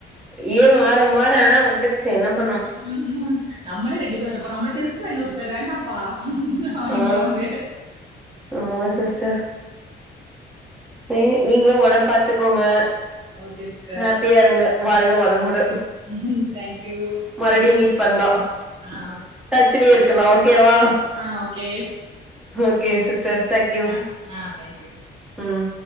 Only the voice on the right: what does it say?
<unintelligible> நம்மளே ரெண்டு பேர் இருக்கோ நம்மளுக்கு எதுக்குப்பா இன்னொர் த்தர் வேணாப்பா அப்டின்றாங்க
ஓகே சிஸ்டர்
ம் தேங்க்யூ
ஆ
அ ஓகே
ஆ ஆ தேங்க்யூ